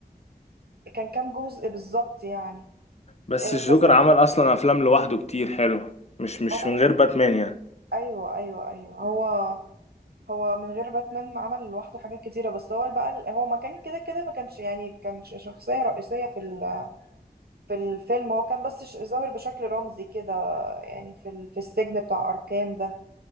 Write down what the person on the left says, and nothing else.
بس
الجوكر
عمل اصلا افلام لوحده كتير حلو مش مش
من غير باتمان يعني